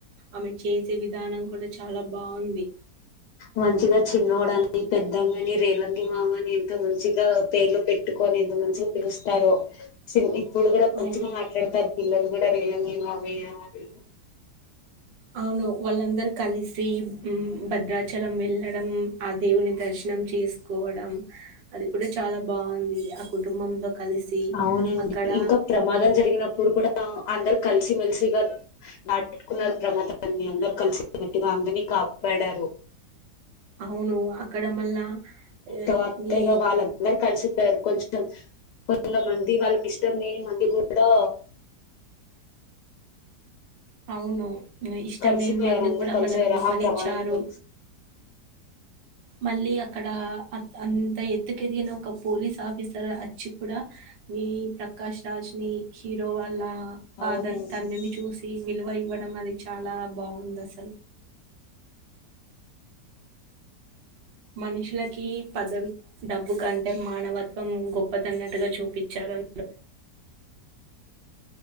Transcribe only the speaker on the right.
ఆమె చేసే విధానం కూడా చాలా బాగుంది
అవును
అవును వాళ్ళందరు కలిసి భద్రాచలం వెళ్ళడం ఆ దేవుని దర్శ నం చేసుకోవడం అది కూడా చాలా బాగుంది ఆ కుటుంబంతో కలిసి
అక్కడ
అవును అక్కడ మళ్ళా ఏం,
ఈ
అవును ఇష్టం
లేని మంది
కూడా
వాళ్ళకి విలువనిచ్చారు
మళ్ళీ అక్కడ అంత ఎత్తుకెదిగిన ఒక పోలీస్ ఆఫీసర్ వచ్చి కూడా ఈ ప్రకాష్ రాజ్ ని హీరో వాల్ళ ఆ ఫాదర్
తండ్రిని చూసి విలువ ఇవ్వడం అది చాలా బాగుంది అసలు మనుషులకి పదవి డబ్బు కం టే మానవత్వం గొప్పదన్నట్టుగా చూపించారులు అందులో